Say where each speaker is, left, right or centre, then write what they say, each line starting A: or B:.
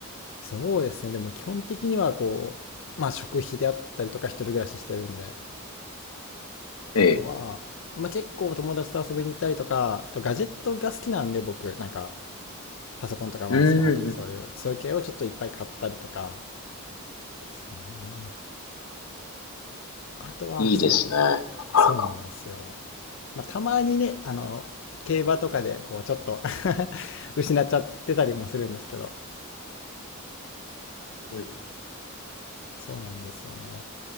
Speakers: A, on the left (about 60°); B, on the left (about 90°).
A: そうですね。でも基本的にはこう、まあ食費であったりとか一人暮らししてるんで。あとは、
B: ええ。
A: まあ結構友達と遊びに行ったりとか、あとガジェットが好きなんで僕、なんかパソコンとかまあスマホとかそういう、
B: うん。
A: そういう系をちょっといっぱい買ったりとかですね。あとは、
B: いいですね。
A: そ
B: なかなか。
A: う、そうなんですよ。まあたまにね、あの、競馬とかでこうちょっと <laughs> 失っちゃってたりもするんですけど。
B: うん。
A: そうなんですよね。